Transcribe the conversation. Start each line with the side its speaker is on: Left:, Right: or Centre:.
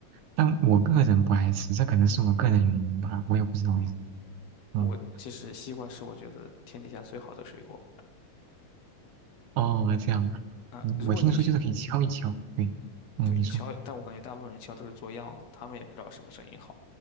Right: 但我个人不爱吃，这可能是我个人原因吧，我也不知道为什么。
Left: 我其实西瓜是我觉得天底下最好的水果
Right: 嗯。哦，这样啊，
Left: 嗯，
Right: 嗯我听说就是可以敲一敲，
Left: 如果你选，
Right: 对，嗯，
Left: 对，
Right: 你说。
Left: 敲，但我感觉大部分人敲都是做样子，他们也不知道什么声音好，